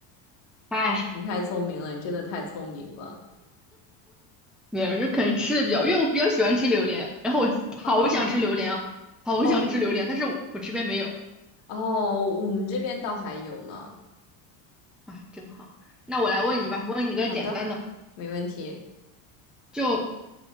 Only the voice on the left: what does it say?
你太聪明了，你真的太聪明了
啊！
哦
哦，我们这边倒还有呢。
好的，没问题。